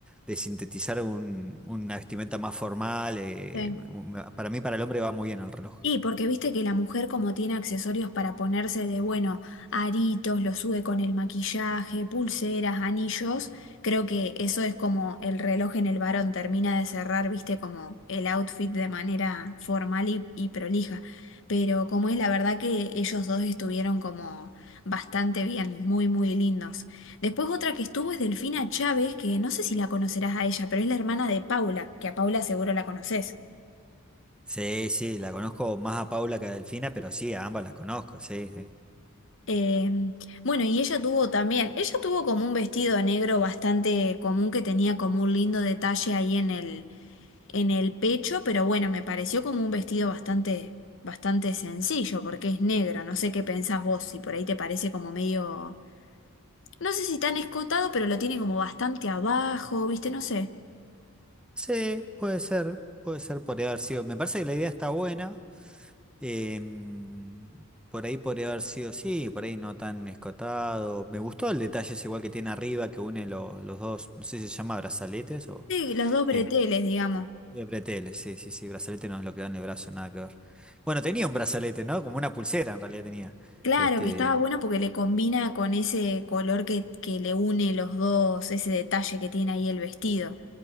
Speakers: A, in the centre; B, on the left.
A: de sintetizar un- una vestimenta más formal. eh,
B: Sí.
A: m- para mí, para el hombre va muy bien el reloj.
B: Y porque viste que la mujer como tiene accesorios para ponerse de, bueno, aritos, lo sube con el maquillaje, pulseras, anillos, creo que eso es como el reloj en el varón termina de cerrar, viste, como el outfit de manera formal y, y prolija. Pero como es la verdad que ellos dos estuvieron como bastante bien, muy, muy lindos. Después otra que estuvo es Delfina Chávez, que no sé si la conocerás a ella, pero es la hermana de Paula, que a Paula seguro la conoces.
A: Sí, sí, la conozco más a Paula que a Delfina, pero sí, a ambas las conozco, sí, sí.
B: Eh, bueno, y ella tuvo también, ella tuvo como un vestido negro bastante común que tenía como un lindo detalle ahí en el, en el pecho, pero bueno, me pareció como un vestido bastante, bastante sencillo porque es negro. No sé qué pensás vos, si por ahí te parece como medio, no sé si tan escotado, pero lo tiene como bastante abajo, ¿viste? No sé.
A: Sí, puede ser, puede ser, podría haber sido. Me parece que la idea está buena. em, por ahí podría haber sido, sí, por ahí no tan escotado. Me gustó el detalle ese igual que tiene arriba, que une los, los dos, no sé si se llama brazaletes o...
B: Sí, los dos breteles,
A: este,
B: digamos.
A: De bretelles, sí, sí, sí, brazalete no es lo que da en el brazo, nada que ver. Bueno, tenía un brazalete, ¿no? Como una pulsera en realidad tenía.
B: Claro,
A: Este,
B: que estaba bueno porque le combina con ese color que, que le une los dos, ese detalle que tiene ahí el vestido.